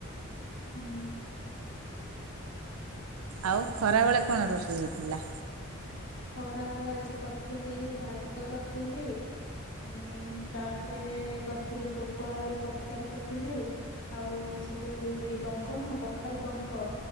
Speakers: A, on the left (about 60°); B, on the right (about 85°).
A: ହୁଁ।
B: ଆଉ ଖରାବେଳେ କଣ ରୋସେଇ ହେଇଥିଲା?
A: ଖରାବେଳେ ଆଜି କରିଥିଲି ଭାତ କରିଥିଲି। ଉଁ ତାପରେ କରିଥିଲି ପୋଟଳ ଆଳୁ ତରକାରୀ କରିଥିଲି। ଆଉ ସେ ଯୋଉ ଇଏ ଡଙ୍କ ନୁହଁ କଖାରୁ ଡଙ୍କ।